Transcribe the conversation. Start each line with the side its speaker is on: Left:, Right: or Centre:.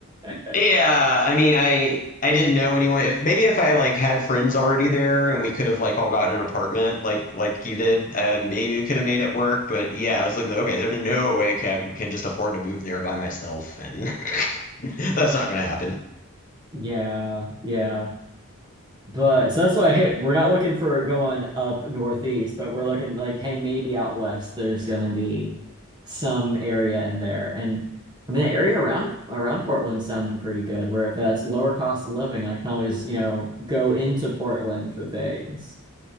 Right: <laughs>
Left: yeah, I mean, I I didn't know anyone. If maybe if I like had friends already there and we could have like all gotten an apartment like like you did, uh, maybe we could have made it work. But yeah, I was like, okay, there's no way I can, can just afford to move there by myself, and <laughs> that's not going to happen.
Right: Yeah, yeah. But so that's why hey, we're not looking for going up northeast, but we're looking like, hey, maybe out west there's gonna be some area in there. And I mean the area around around Portland's sounding pretty good, where if that's lower cost of living, I can always, you know, go into Portland for things.